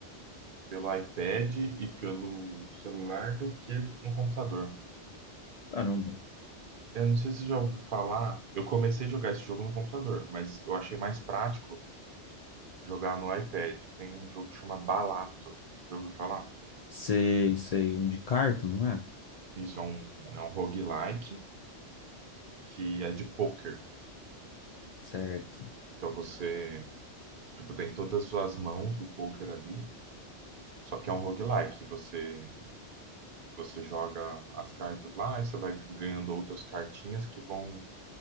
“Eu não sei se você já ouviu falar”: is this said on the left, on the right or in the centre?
Right